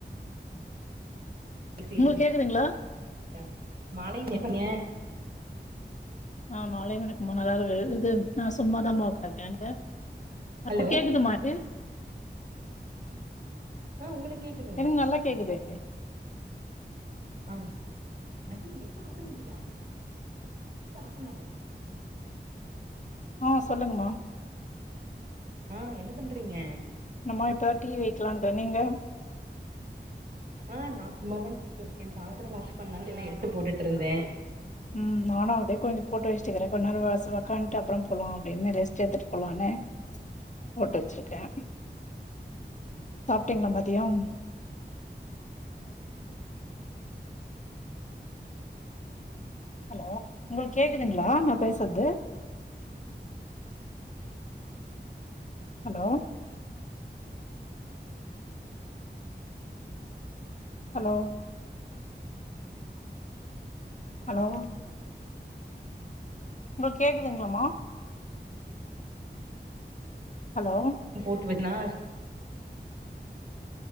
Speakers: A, on the right; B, on the left.
A: சேரிங்க
B: உங்களுக்கு கேக்குதுங்களா
A: <inaudible> மாலை <inaudible> ங்க
B: ஆ மாலை வணக்கமா நல்லாரு இது நா சும்மாதாம்மா ஒக்காந்ருக்கே நீங்க
A: ஹலோ
B: <inaudible> கேக்குதுமா ஏ
A: ஆ உங்களுக்கு கேக்குது
B: எனக்கு நல்லா கேக்குதே
A: ஆ நெட் ஆஃப் பண்ணிட்டியா ஆஃப் பண்ணாத
B: ஆ சொல்லுங்கமா
A: ஆ என்ன பண்றீங்க
B: ன்னமா இப்பதா டீ வெக்லான்ட்டு நீங்க
A: ஆ நா சும்மா தா சிஸ்டர் இருக்கே பாத்ர வாஷ் பண்ணலான்ட்டு எல்லா எடுத்து போட்டுட்ருந்தே
B: ம் நானு அப்டியே கொஞ்ச போட்டு வச்சட்டுக்றே கொஞ் நேரோ வாசல் ஒக்கான்ட்டு அப்பறம் போலா அப்டின் ரெஸ்ட் எத்துட்டு போலான்னு போட்டு வச்சிருக்கே சாப்பிட்டீங்ளா மதியம் ஹலோ உங்களுக்கு கேக்குதுங்ளா நா பேசறது ஹலோ ஹலோ ஹலோ உங்களுக் கேக்குதுங்களாம்மா ஹலோ
A: போட்டு வெட்னார்